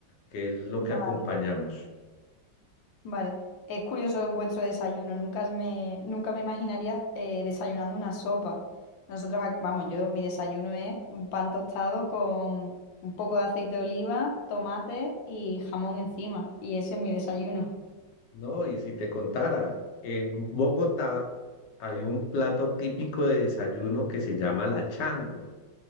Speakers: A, on the left; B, on the left.
A: que es lo
B: vale.
A: que acompañamos.
B: Vale, es curioso vuestro desayuno. Nunca me, nunca me imaginaría eh, desayunando una sopa. Nosotros, ac- vamos, yo mi desayuno es un pan tostado con un poco de aceite de oliva, tomate y jamón encima. Y ese es mi desayuno.
A: No, y si te contara, en Bogotá hay un plato típico de desayuno que se llama la changua.